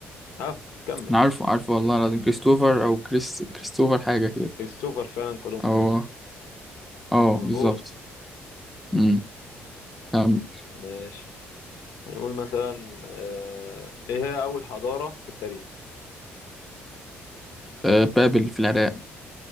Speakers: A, on the left (about 75°); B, in the centre.
A: اه كمل
B: انا عارفه عارفه والله العظيم كريستوفر او كريس كريستوفر حاجة كده
A: كريستوفر فعلا كولومبوس
B: او اه
A: مظبوط
B: بالظبط مم. كمل.
A: ماشي هنقول مثلا آه، ايه هي اول حضارة في التاريخ
B: آه... بابل في العراق